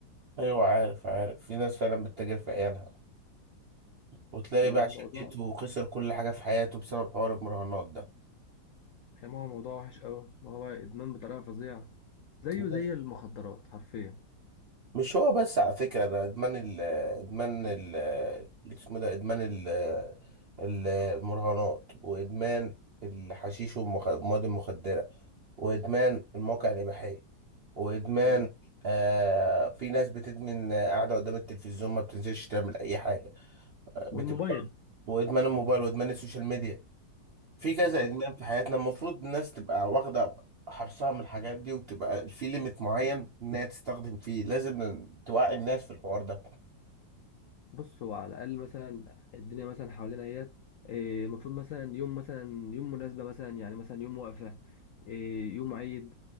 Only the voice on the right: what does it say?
أيوة عارف عارف في ناس فعلا بتتاجر في عيالها وتلاقي
بقى
شقته وخسر كل حاجة في حياته بسبب حوار المراهنات ده
بس-
مش هو بس على فكرة ده ادمان ال ادمان ال اسمه ده ادمان ال ال- المراهنات وادمان الحشيش والمخ- والمواد المخدرة وادمان المواقع الإباحية وادمان
آه في ناس بتدمن آه، قاعدة قدام التلفزيون ما بتنزلش تعمل أي حاجة
بتبقى وادمان الموبايل وادمان السوشيال ميديا في كذا
ادمان في حياتنا المفروض الناس تبقى واخده حرصها من الحاجات دي وتبقى في ليميت معين انها تستخدم فيه لازم توعي الناس في الحوار ده